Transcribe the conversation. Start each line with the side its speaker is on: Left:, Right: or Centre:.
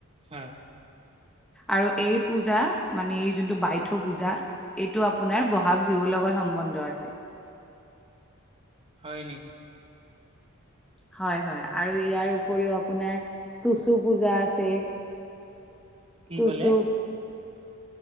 Right: হয়।
Centre: আৰু এই পূজা, মানে এই যোনটো বাইথ পূজা। এইটো আপোনাৰ বহাগ বিহুৰ লগত সম্বন্ধ আছে।
Right: হয়, নেকি।
Centre: হয় হয় আৰু ইয়াৰ উপৰিও আপোনাৰ টুচু পূজা আছে
Right: কি
Centre: টুচু
Right: ক'লে